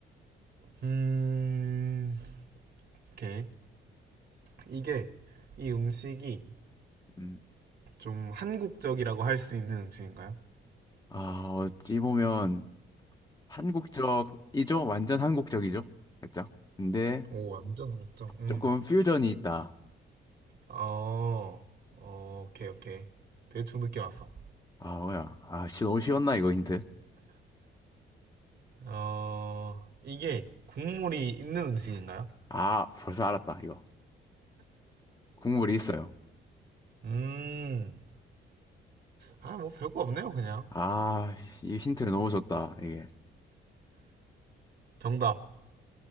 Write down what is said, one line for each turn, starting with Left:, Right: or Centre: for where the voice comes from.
Right: 음, 오케이. 이게 이 음식이
Left: 음.
Right: 좀 한국적이라고 할 수 있는 음식인가요?
Left: 아, 어찌 보면 한국적이죠? 완전 한국적이죠? 살짝. 근데
Right: 오, 완전 한국적. 음.
Left: 조금 퓨전이 있다.
Right: 어, 어, 오케이, 오케이. 대충 느낌 왔어.
Left: 아, 뭐야. 아, 씨, 너무 쉬웠나, 이거 힌트?
Right: 어, 이게 국물이 있는 음식인가요?
Left: 아, 벌써 알았다, 이거. 국물이 있어요.
Right: 음, 아, 뭐 별거 없네요, 그냥.
Left: 아, 이 힌트를 너무 줬다, 이게.
Right: 정답.